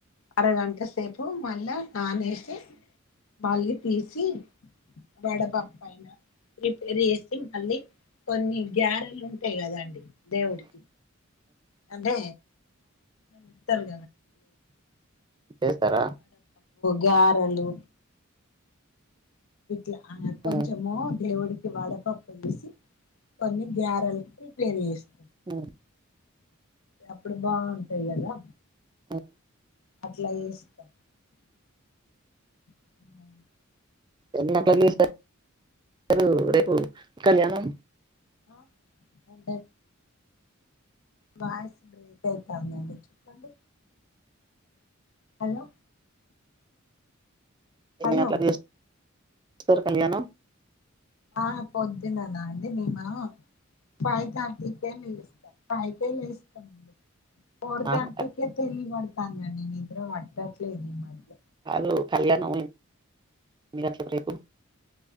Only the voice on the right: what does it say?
చేస్తారా
హ్మ్.
ఉ
<inaudible>
ఎన్న పొల్యూషన్ ర్ రేపు కళ్యాణం
ఎన్ని
గంట్లకు లేస్ ర్ కళ్యాణం
ఆహా
రేపు కళ్యాణం ఎన్ని గంటలకు లేపు